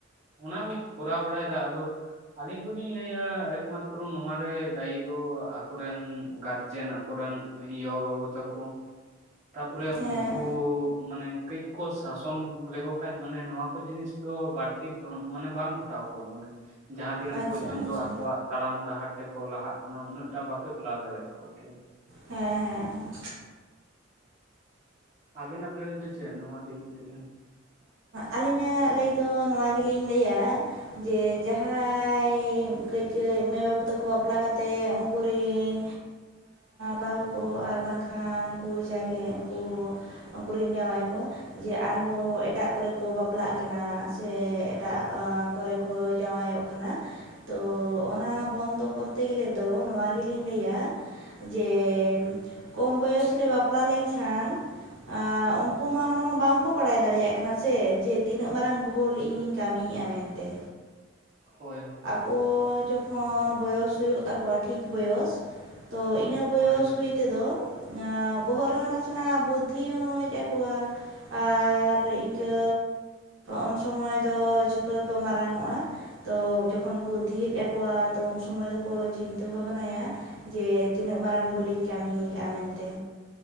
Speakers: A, on the right; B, on the right.
A: ᱚᱱᱟ ᱠᱚ ᱠᱚᱨᱟᱣ ᱵᱟᱲᱟᱭᱫᱟ ᱟᱫᱚ ᱾ ᱟᱹᱞᱤᱧ ᱫᱚᱞᱤᱧ ᱞᱟᱹᱭᱟ ᱮᱠᱢᱟᱛᱨᱚ ᱱᱚᱣᱟᱟᱨ ᱨᱮ ᱫᱟᱹᱭᱤ ᱫᱚ ᱟᱠᱚᱨᱮᱱ ᱜᱟᱨᱡᱮᱱ ᱟᱠᱚ ᱨᱤᱱ ᱭᱚ ᱵᱟᱵᱩ ᱛᱮᱠᱚ ᱛᱟᱯᱚᱨᱮ
B: ᱦᱮᱸ
A: ᱩᱱᱠᱩ ᱢᱟᱱᱮ ᱠᱟᱹᱡ ᱠᱚ ᱥᱟᱥᱚᱱ ᱞᱮᱠᱚ ᱠᱷᱟᱱ ᱢᱟᱱᱮ ᱱᱚᱣᱟ ᱠᱚ ᱡᱤᱱᱤᱥ ᱫᱚ ᱵᱟᱹᱲᱛᱤ ᱢᱟᱱᱮ ᱵᱟᱝ ᱜᱷᱚᱴᱟᱣ ᱠᱚᱜᱼᱟ ᱢᱟᱱᱮ ᱡᱟᱦᱟᱸᱛᱤᱱᱟᱹᱜ
B: ᱟᱪᱪᱷᱟ
A: ᱯᱚᱨᱡᱚᱱᱛᱚ
B: ᱟᱪᱪᱷᱟ
A: ᱟᱠᱚᱣᱟᱜ ᱛᱟᱲᱟᱢ ᱰᱟᱦᱟᱨ ᱛᱮᱠᱚ ᱞᱟᱦᱟᱜ ᱠᱟᱱᱟ ᱩᱱᱟᱹᱜ ᱴᱟ ᱵᱟᱠᱚ ᱪᱟᱞᱟᱣ ᱫᱟᱲᱮᱭᱟᱜ -ᱟ ᱾ ᱠᱚᱠᱮ
B: ᱦᱮᱸ ᱦᱮᱸ
A: ᱟᱵᱮᱱᱟᱜ ᱞᱟᱹᱭ ᱫᱚ ᱪᱮᱫ ᱱᱚᱣᱟ ᱫᱤᱠᱤ ᱛᱮᱜᱮ
B: ᱟᱹᱞᱤᱧᱟᱜ ᱞᱟᱹᱭ ᱫᱚ ᱱᱚᱣᱟ ᱜᱮᱞᱤᱧ ᱞᱟᱹᱭᱟ ᱾ ᱡᱮ ᱡᱟᱦᱟᱸᱭ ᱠᱟᱹᱡ ᱠᱟᱹᱡ ᱢᱟᱹᱭ ᱵᱟᱹᱵᱩ ᱛᱟᱠᱚ ᱵᱟᱯ ᱵᱟᱯᱞᱟ ᱠᱟᱛᱮᱫ ᱩᱱᱠᱩᱨᱤᱱ ᱵᱟᱹᱦᱩ ᱠᱚ ᱟᱨ ᱵᱟᱝᱠᱷᱟᱱ ᱩᱱᱠᱩ ᱡᱟᱜᱮ ᱩᱱᱠᱩ ᱩᱱᱠᱧ ᱡᱟᱶᱟᱭ ᱠᱚ ᱡᱮ ᱟᱨᱦᱚᱸ ᱮᱴᱟᱜ ᱠᱚᱨᱮ ᱠᱚ ᱵᱟᱯᱞᱟᱜ ᱠᱟᱱᱟ ᱾ ᱥᱮ ᱮᱴᱟᱜ ᱠᱚᱨᱮ ᱠᱚ ᱡᱟᱶᱟᱭᱚᱜ ᱠᱟᱱᱟ ᱾ ᱛᱚ ᱚᱱᱟ ᱵᱚᱱᱫᱚ ᱠᱚᱨᱛᱮ ᱜᱮᱞᱮ ᱫᱚ ᱱᱚᱣᱟ ᱜᱮᱞᱤᱧ ᱞᱟᱹᱭᱟ ᱾ ᱡᱮ ᱠᱚᱢ ᱵᱚᱭᱚᱥ ᱨᱮ ᱵᱟᱯᱞᱟ ᱞᱮᱱᱠᱷᱟᱱ ᱾ ᱩᱱᱠᱩ ᱢᱟ ᱚᱱᱟᱢᱟ ᱵᱟᱝ ᱠᱚ ᱾ ᱵᱟᱲᱟᱭ ᱫᱟᱲᱮᱭᱟᱜ ᱠᱟᱱᱟ ᱥᱮ ᱡᱮ ᱛᱤᱱᱟᱹᱜ ᱢᱟᱨᱟᱝ ᱵᱷᱳᱞ ᱤᱧᱤᱧ ᱠᱟᱹᱢᱤᱭᱮᱫᱼᱟ ᱢᱮᱱᱛᱮ
A: ᱦᱳᱭ ᱦᱳᱭ
B: ᱠᱚ ᱡᱚᱠᱷᱚᱱ ᱵᱚᱭᱚᱥ ᱦᱩᱭᱩᱜ ᱛᱟᱠᱚᱣᱟ ᱴᱷᱤᱠ ᱵᱚᱭᱚᱥ ᱛᱚ ᱤᱱᱟᱹ ᱵᱚᱭᱚᱥ
A: ᱦᱳᱭ
B: ᱦᱩᱭ ᱛᱮᱫᱚ ᱵᱚᱦᱚᱜ ᱨᱮᱦᱚᱸ ᱱᱟᱥᱮᱱᱟᱜ ᱵᱩᱫᱽᱫᱷᱤ ᱦᱚᱸ ᱦᱮᱡ ᱟᱠᱚᱣᱟ ᱟᱨ ᱤᱱᱠᱟᱹ ᱩᱱ ᱥᱚᱢᱚᱭ ᱫᱚ ᱡᱷᱚᱛᱚ ᱜᱮᱠᱚ ᱢᱟᱨᱟᱝ ᱚᱜᱼᱟ ᱾ ᱛᱚ ᱡᱚᱠᱷᱚᱱ ᱵᱩᱫᱽᱫᱷᱤ ᱦᱮᱡ ᱟᱠᱚᱣᱟ ᱛᱚ ᱩᱱ ᱥᱚᱢᱚᱭ ᱫᱚᱠᱚ ᱪᱤᱱᱛᱟᱹ ᱵᱷᱟᱵᱱᱟᱭᱟ ᱾ ᱡᱮ ᱛᱤᱱᱟᱹᱜ ᱢᱟᱨᱟᱝ ᱵᱷᱞᱤᱤᱧ ᱠᱟᱹᱢᱤᱤᱭ ᱠᱟᱜᱼᱟ ᱢᱮᱱᱛᱮ